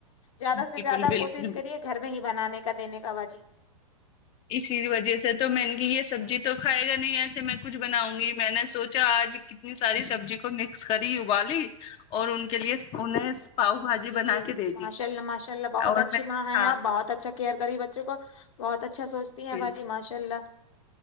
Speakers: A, on the left; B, on the left.
A: زیادہ
B: بالکل
A: سے زیادہ
B: بالکل
A: کوشش کریے گھر میں ہی بنانے کا دینے کا باجی
B: اسی وجہ سے تو میں نے کہ یہ سبزی تو کھائے گا نہیں ایسے میں کچھ بناؤں گی میں نے سوچا آج اتنی ساری سبزی کو مکس کری ابالی اور ان کے لیے انہیں پاؤ بھاجی
A: جی جی
B: بنا
A: جی
B: کے دے
A: ماشاءاللہ
B: دی
A: ماشاء اللہ بہت
B: اور
A: اچھی
B: میں
A: ماں ہے
B: ہاں
A: آپ بہت اچھا کیئر کری بچوں کو بہت اچھا سوچتی
B: بالکل
A: ہیں باجی ماشاء اللہ